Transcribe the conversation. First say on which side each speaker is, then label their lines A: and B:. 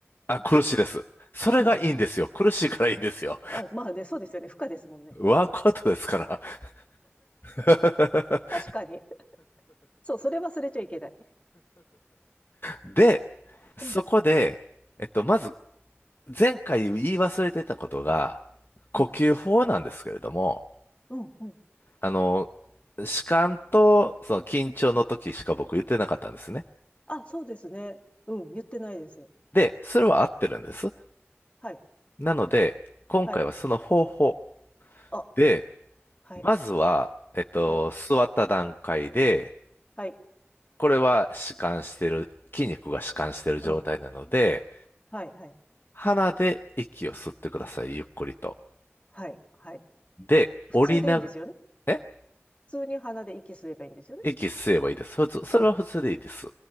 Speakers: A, on the left; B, on the left.
A: あ、
B: <laughs>
A: 苦しいです。それがいいんですよ。
B: うん。
A: 苦しいからいいんですよ。
B: あ、まあね、そうですよね。負荷ですもんね。
A: ワークアウトですから。<laughs>
B: 確かに。そう、それ忘れちゃいけない。
A: で、そこで、
B: うん、
A: えっと、まず前回言い忘れてたことが、呼吸法なんですけれども、
B: うん、うん、うん。
A: あの、弛緩とその緊張の時しか僕言ってなかったんですね。
B: あ、そうですね。うん、言ってないです。
A: で、それは合ってるんです。
B: はい、
A: なので、今回はその方法
B: はい。あ、
A: で、
B: はい、
A: まずは、えっと、
B: はい、
A: 座った段階で、
B: はい、
A: これは弛緩してる、筋肉が弛緩してる状態なので、
B: うん、はい、はい、
A: 鼻で息を吸ってください、ゆっくりと。
B: はい、はい。
A: で、
B: 普通でいいんですよね。
A: 降りながら、え
B: 普通に鼻で息吸えばいいんですよね。
A: 息吸えばいいです。普通、それは普通でいいです。
B: うん、